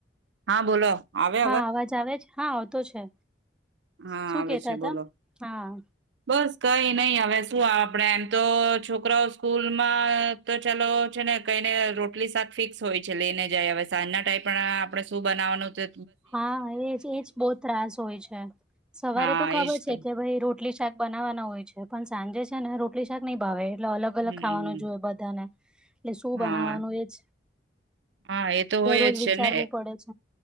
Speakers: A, on the right; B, in the centre.
A: હા બોલો આવે
B: હા અવાજ આવે જ હા આવતો છે.
A: હા
B: શું
A: આવે
B: કેતા
A: છે
B: હતા
A: બોલો
B: હા.
A: બસ કઈ નહી હવે શું આપડે એમ તો છોકરાઓ સ્કૂલમાં. તો ચાલો છે ને કઈને રોટલી શાક ફિક્સ હોય છે લઈને જાય હવે સાજના ટાઈપ પણ આપણે શું બનાવાનું છે
B: હા એજ એજ બહું ત્રાસ હોય છે સવારે
A: હા
B: તો ખબર
A: એજ
B: છે
A: તો
B: કે ભાઈ રો રોટલી શાક બનાવવાના હોય છે પણ સાંજે છે ને રોટલી શાક નહીં ભાવે એટલે અલગ અલગ
A: હમ
B: ખાવાનું જોએ બધાને એટલે શું
A: હા
B: બનાવવાનું એજ
A: હા એ તો
B: દરરોજ
A: હોય જ છે
B: વિચારવું
A: ને.
B: પડે છે